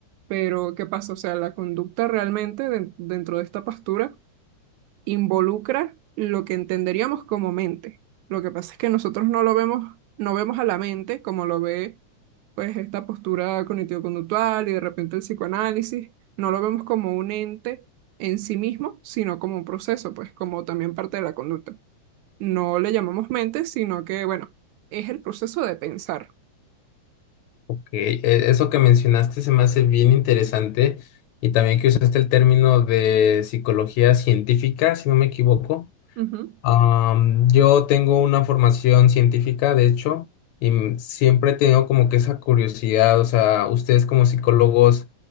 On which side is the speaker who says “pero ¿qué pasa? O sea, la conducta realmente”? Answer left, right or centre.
Right